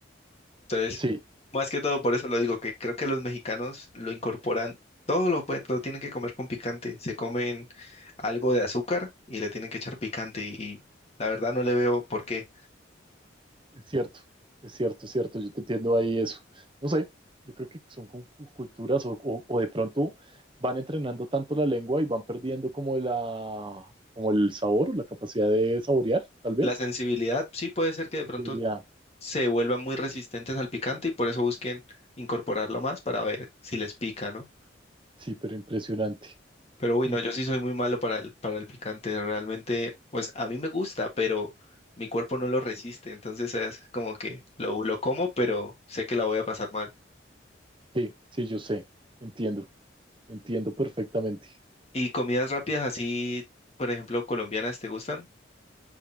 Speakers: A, on the left; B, on the right.
A: Entonces,
B: sí.
A: más que todo por eso lo digo, que creo que los mexicanos lo incorporan, todo lo, pue- lo tienen que comer con picante, se comen algo de azúcar y le tienen que echar picante y, y la verdad no le veo por qué.
B: Es cierto, es cierto, es cierto, yo te entiendo ahí eso. No sé, yo creo que son como cu- culturas o, o- o de pronto van entrenando tanto la lengua y van perdiendo como la, como el sabor o la capacidad de saborear, tal vez.
A: La sensibilidad sí puede ser que de
B: La
A: pronto
B: sería.
A: se vuelvan muy resistentes al picante y por eso busquen incorporarlo más para ver si les pica, ¿no?
B: Sí, pero impresionante,
A: Pero bueno,
B: impresionante.
A: yo sí soy muy malo para el, para el picante. Realmente, pues a mí me gusta, pero mi cuerpo no lo resiste. Entonces es como que lo, lo como, pero sé que la voy a pasar mal.
B: Sí, sí, yo sé, entiendo, entiendo perfectamente.
A: ¿Y comidas rápidas así, por ejemplo, colombianas, te gustan?